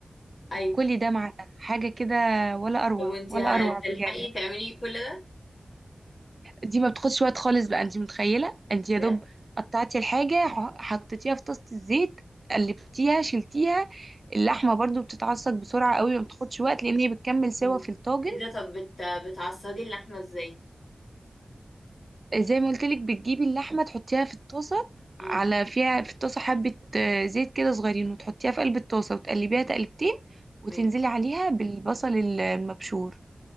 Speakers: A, on the left; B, on the right.
A: ايوه
B: وكل ده مع ده حاجة كده ولا أروع
A: طب وانتي
B: ولا
A: هتلحقي
B: أروع بجد
A: تعملي كل ده
B: دي ما بتاخدش وقت خالص بقى انت متخيله انت يا
A: بجد
B: دوب قطعتي الحاجه ح- حطيتيها في طاسه الزيت قلبتيها شلتيها اللحمه برضو بتتعصج بسرعه قوي ما بتاخدش وقت لان هي بتكمل سوا
A: مم.
B: في الطاجن
A: ايه ده طب بت... بتعصجي اللحمة ازاي
B: زي ما قلت لك بتجيبي اللحمه تحطيها في الطاسه
A: امم
B: على فيها في الطاسه حبه آه، زيت كده صغيرين وتحطيها في قلب الطاسه وتقلبيها تقلبتين وتنزلي
A: ماشي
B: عليها بالبصل ال- المبشور